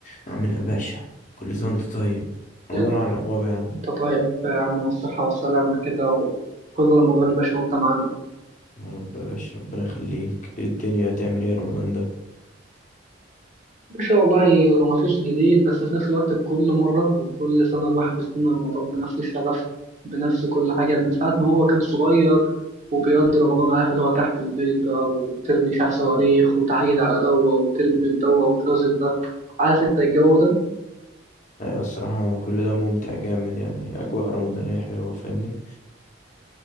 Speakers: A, on the left; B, on the right.
A: عامل يا باشا كل سنة وانت طيب رمضان
B: يلا
A: على الأبواب يا عم
B: انت طيب يا عم والصحة والسلامة كده وكل رمضان يا باشا وانت معانا
A: يا رب يا باشا ربنا يخليك ايه الدنيا هتعمل ايه رمضان ده
B: يا باشا والله هو مفيش جديد بس في نفس الوقت كل مرة وكل سنة الواحد بيستنى رمضان بنفس الشغف بنفس كل حاجة من ساعة ما هو كان صغير وبيقضي رمضان عارف اللي هو تحت البيض بقى وترمي شاف صواريخ وتعيد على دوة وترمي في دوة وترازف ده عارف انت الجو ده
A: أيوة الصراحة كل ده ممتع جامد يعني أجواء رمضانية حلوة فاهمني